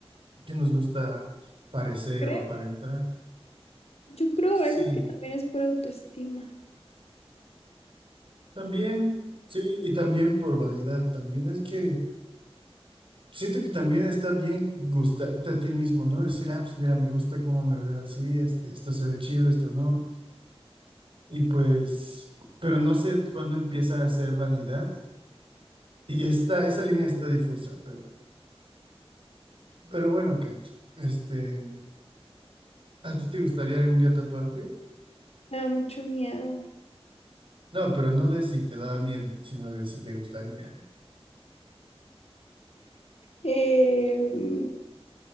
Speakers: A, on the right; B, on the left.
A: qué nos gusta parecer
B: ¿Crees?
A: o aparentar.
B: Yo creo
A: Sí,
B: a veces que también es por autoestima.
A: también, sí, y también por vanidad, también es que siento que también está bien gustarte a ti mismo, ¿no? Decir, ah, pues mira, me gusta cómo me veo así, este, esto se ve chido, esto no, y pues, pero no sé cuándo empieza a ser vanidad, y esta, esa línea está difusa, pero, pero bueno, Kat, este, ¿a ti te gustaría algún día tatuarte?
B: Me da mucho miedo.
A: No, pero no de si te da miedo, sino de si te gustaría.
B: Em,